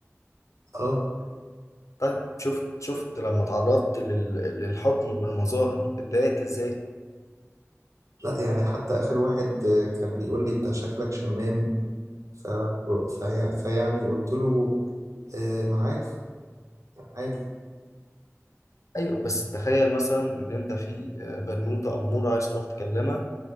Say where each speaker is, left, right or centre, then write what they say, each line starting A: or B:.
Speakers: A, on the right; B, on the left.
A: اه
B: طيب شفت شفت لما تعرضت لل... للحكم بالمظاهر اتضايقت ازاي
A: لا يعني حتى اخر واحد آه، كان بيقول لي انت شكلك شمام ف... في... فيعني قلت له آه ما انا عارف يعني عادي
B: ايوه بس تخيل مثلا ان انت في آه، بنوتة امورة عايز تروح تكلمها